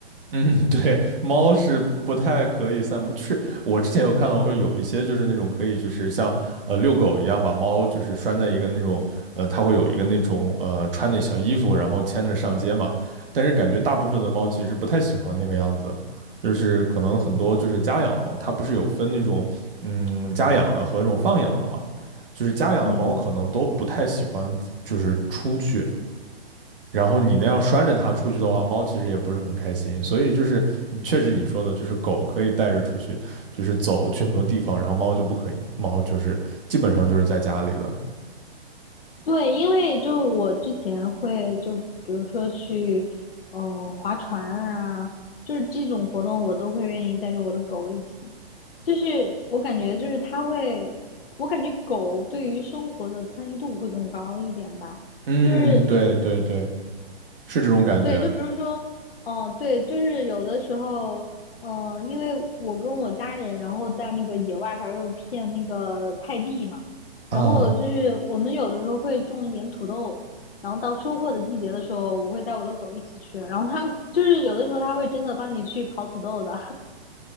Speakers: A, on the right; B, on the left.
A: 嗯，<laughs> 对，猫是不太可以散步。就是我之前有看到说有一些就是那种可以就是像呃遛狗一样把猫就是拴在一个那种呃它会有一个那种呃穿的小衣服，然后牵着上街嘛。但是感觉大部分的猫其实不太喜欢那个样子，就是可能很多就是家养的猫，它不是有分那种嗯家养的和那种放养的嘛，就是家养的猫可能都不太喜欢就是出去。
B: 嗯，
A: 然后你那样拴着它出去的话，猫其实也不是很开心。所以就是嗯确实你说的，就是狗可以带着出去，就是走去很多地方，然后猫就不可以，猫就是基本上就是在家里的。
B: 对，因为就我之前会就比如说去，嗯、划船啊，就是这种活动我都会愿意带着我的狗一起。就是我感觉就是它会，我感觉狗对于生活的参与度会更高一点吧。
A: 嗯，
B: 就是
A: 对对对，是这种感觉
B: 对，就比如说，嗯、对，就是有的时候，嗯、因为我跟我家人，然后在那个野外还有片那个菜地嘛，然后就是我们有的时候会种一点土豆，
A: 啊，
B: 然后到收获的季节的时候，我会带我的狗一起去，然后它就是有的时候它会真的帮你去刨土豆的，